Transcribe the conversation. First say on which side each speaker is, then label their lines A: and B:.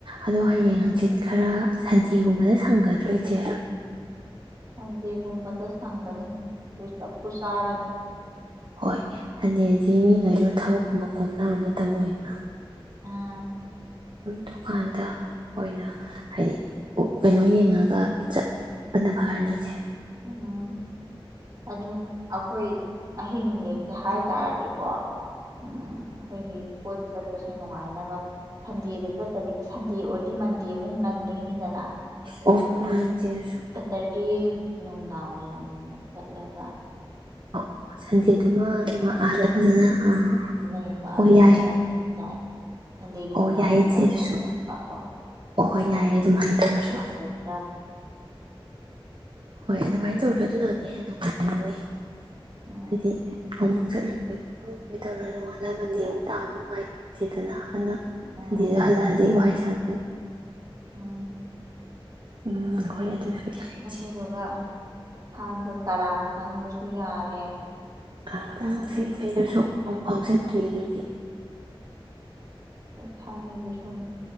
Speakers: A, on the right (about 55°); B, on the right (about 40°).
A: ꯑꯗꯣ ꯍꯌꯦꯡ ꯍꯪꯆꯤꯠ ꯈꯔ ꯁꯟꯗꯦꯒꯨꯝꯕꯗ ꯁꯪꯒꯗ꯭ꯔꯣ ꯏꯁꯦ
B: ꯁꯟꯗꯦꯒꯨꯝꯕ ꯑꯗ ꯁꯪꯒꯅꯤ ꯑꯗꯨ ꯆꯞꯄꯨ ꯆꯥꯔꯅꯤ
A: ꯍꯣꯏ ꯁꯟꯗꯦꯗꯤ ꯃꯤꯉꯩꯁꯨ ꯊꯕꯛꯀꯨꯝꯕ ꯈꯣꯝꯅꯕ ꯃꯇꯝ ꯑꯣꯏꯗꯅ
B: ꯎꯝ
A: ꯗꯨꯀꯥꯟꯗ ꯑꯣꯏꯅ ꯍꯥꯏꯗꯤ ꯀꯩꯅꯣ ꯌꯦꯡꯉꯒ ꯆꯠꯄꯅ ꯐꯔꯅꯤ ꯏꯆꯦ
B: ꯎꯝ ꯑꯗꯨ ꯑꯩꯈꯣꯏ ꯑꯍꯤꯡ ꯂꯦꯛꯄ ꯍꯥꯏꯇꯥꯔꯗꯤꯀꯣ ꯎꯝ ꯑꯩꯈꯣꯏꯒꯤ ꯀꯣꯏꯕ ꯆꯠ ꯅꯨꯡꯉꯥꯏꯅꯕ ꯁꯟꯗꯦꯗ ꯆꯠꯇꯕꯤꯗ ꯁꯟꯗꯦ ꯑꯣꯏꯔꯗꯤ ꯃꯟꯗꯦꯃꯨꯛ ꯅꯟꯗꯣꯏꯅꯤꯗꯅ
A: ꯑꯣ ꯃꯥꯅꯦ ꯏꯆꯦꯁꯨ
B: ꯁꯇꯔꯗꯦ ꯅꯨꯡꯗꯥꯡ ꯋꯥꯏꯔꯝꯒꯨꯝꯕ ꯆꯠꯂꯒ
A: ꯑꯧ ꯁꯟꯗꯦꯗꯨꯃꯑꯥꯗ
B: ꯑꯍꯤꯡ ꯂꯦꯛꯑꯒ
A: ꯐꯖꯅ ꯑꯥ
B: ꯂꯩꯕ
A: ꯍꯣꯏ
B: ꯑꯗꯨꯃꯥꯏꯅ
A: ꯌꯥꯏ
B: ꯑꯗꯨꯁꯨ ꯌꯥꯏ ꯁꯟꯗꯦꯒꯤ ꯅꯨꯡꯗꯥꯡꯋꯥꯏꯔꯝꯗ
A: ꯑꯣ ꯌꯥꯏꯌꯦ ꯏꯆꯦ
B: ꯑꯃꯨꯛ
A: ꯑꯗꯨꯁꯨ
B: ꯍꯥꯏꯒꯠꯛꯄ ꯀꯣ
A: ꯑꯣ
B: ꯑꯗꯨꯅꯗꯤ
A: ꯍꯣꯏ ꯌꯥꯏꯌꯦ ꯑꯗꯨꯃꯥꯏꯅ
B: ꯍꯦꯟꯅ ꯅꯨꯡꯉꯥꯏꯒꯗ꯭ꯔꯥ
A: ꯇꯧꯔꯁꯨ ꯍꯣꯏ ꯑꯗꯨꯃꯥꯏꯅ ꯇꯧꯔꯁꯨ ꯑꯗꯨꯅꯗꯤ ꯍꯦꯟꯅ ꯅꯨꯡꯉꯥꯏ ꯔꯅꯤ
B: ꯎꯝ
A: ꯍꯥꯏꯗꯤ ꯑꯃꯨꯛ ꯆꯠꯂꯨꯕꯒꯤ ꯈꯣꯠꯂꯨꯕꯒꯤ ꯇꯧꯔꯒ ꯅꯣꯡꯉꯥꯟꯂ ꯃꯟꯗꯦ ꯑꯃꯨꯛ ꯇꯥꯕ ꯅꯨꯡꯉꯥꯏꯇꯦꯗꯅ ꯑꯗꯨꯅ
B: ꯎꯝ
A: ꯁꯟꯗꯦꯗ
B: ꯎꯝ
A: ꯍꯜꯂꯛꯑꯗꯤ ꯋꯥꯏ ꯁꯥꯡ
B: ꯎꯝ
A: ꯎꯝ ꯍꯣꯏ ꯑꯗꯨꯁꯨ ꯌꯥꯏ ꯏꯆꯦ
B: ꯑꯗꯨꯗꯨꯒ ꯊꯥꯡꯒ ꯀꯔꯥꯡ ꯆꯪꯕꯁꯨ ꯌꯥꯔꯦ
A: ꯑꯗꯥꯡ
B: ꯑꯗꯨ
A: <inaudible>
B: ꯊꯥꯏꯅꯒꯤ
A: ꯑꯃꯨꯛ ꯐꯥꯎ ꯆꯠꯇ꯭ꯔꯤ
B: ꯎꯝ
A: ꯑꯗꯨꯗꯤ
B: ꯊꯥꯏꯅꯒꯤ ꯁꯨꯝ